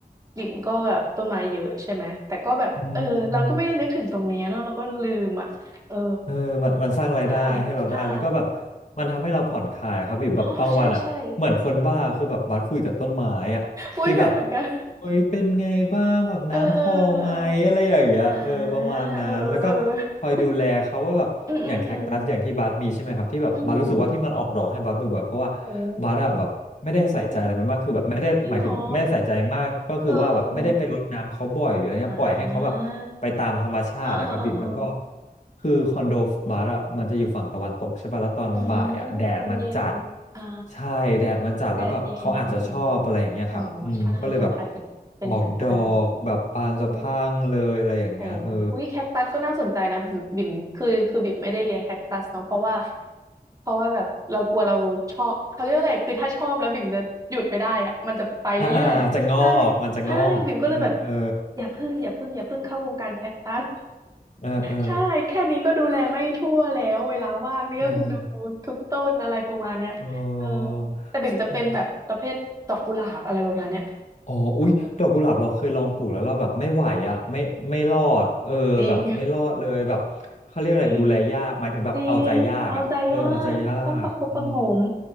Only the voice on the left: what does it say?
อืมเออมันมันสร้างรายได้ให้เราได้แล้วก็แบบ
มันทำให้เราผ่อนคลายครับปิ่มแบบบางวันอ่ะเหมือนคนบ้าคือแบบบัสคุยกับต้นไม้อ่ะฟีลแบบ
โอ้ยเป็นไงบ้างแบบน้ำพอไหมอะไรอย่างเงี้ยเออประมาณนั้นแล้วก็คอยดูแลเขาว่าแบบอย่างแคคตัสอย่างที่บัสมีใช่ไหมครับที่แบบบัสรู้สึกว่าที่มันออกดอกให้บัสบ่อยๆเพราะว่า
บัสอะแบบไม่ได้ใส่ใจอะไรมันมากคือแบบไม่ได้หมายถึงไม่ได้ใส่ใจมากก็คือว่าแบบไม่ได้ไปรดน้ำเขาบ่อยหรืออะไรเงี้ยปล่อยให้เขาแบบไปตามธรรมชาตินะครับบิ่มแล้วก็
คือคอนโดบัสอะมันจะอยู่ฝั่งตะวันตกใช่ป่ะแล้วตอนบ่ายอะแดดมันจัด
ใช่แดดมันจัดแล้วแบบเขาอาจจะชอบอะไรอย่างเงี้ยครับอืมก็เลยแบบ
ออกดอกแบบบานสะพรั่งเลยอะไรอย่างเงี้ยเออ
อ่าอ่าจะงอกมันจะงอกเออเออ
เออเออ
เออเออ
นั่นแหละอ๋ออุ๊ยดอกกุหลาบเราเคยลองปลูกแล้วเราแบบไม่ไหวอ่ะไม่ไม่รอดเออแบบไม่รอดเลยแบบเขาเรียกอะไรดูแลยากหมายถึงแบบเอาใจยากอ่ะเออเอาใจยากอืม